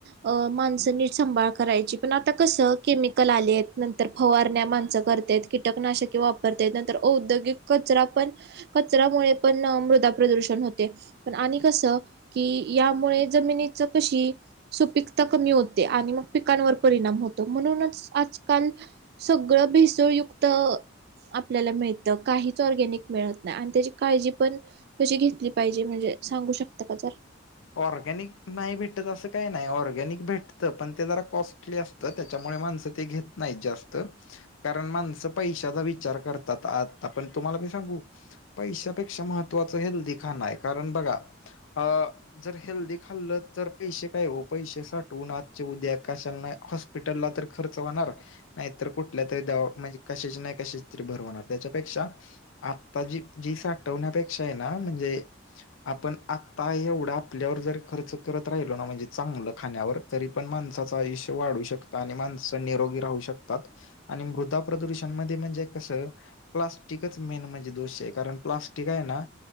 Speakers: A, on the right; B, on the left.
A: अ माणसं नीटसांभाळ करायची पण आता कसं केमिकल आले आहेत नंतर फवारण्या माणसं करत आहेत कीटकनाशके वापरता नंतर औद्योगिक कचरा पण कचरामुळे पण मृदा प्रदूषण होते पण आणि कस की यामुळे जमिनीच कशी सुपिकता कमी होते आणि मग पिकांवर परिणाम होतो म्हणूनच आजकाल सगळं भेसळयुक्त आपल्याला मिळतं काहीच ऑर्गॅनिक मिळत नाही आणि त्याची काळजी पण कशी घेतली पाहिजे म्हणजे सांगू शकता का ज
B: ऑर्गॅनिक नाही भेटत असं काही नाही ऑर्गॅनिक भेटतं पण ते जरा कॉस्टली असत तर त्याच्यामुळे माणसं ते घेत नाहीत जास्त कारण माणसं पैशाचा विचार करतात आता पण तुम्हाला मी सांगू पैशापेक्षा महत्वाचं हेल्दी खाण आहे कारण बघा अ जर हेल्दी खाल्लं तर पैसे काय हो पैसे साठवून आजच्या उद्या कशाना हॉ हॉस्पिटलला तर खर्च होणार नाहीतर कुठल्या तरी दवा म्हणजे कशच नाही कसेच भरवणार त्याच्यापेक्षा आता जी जी सा हटवण्यापेक्षा आहे ना म्हणजे आपण आता एवढा आपल्यावर खर्च करत राहिलो म्हणजे चागलं खाण्यावर तरी पण माणसांच आयुष्य वाढू शकते आणि माणसं निरोगी राहू शकतात आणि मृदा प्रदूषण मध्ये म्हणजे कसं प्लास्टिकच मेन म्हणजे दोष आहे कारण प्लास्टिक आहे ना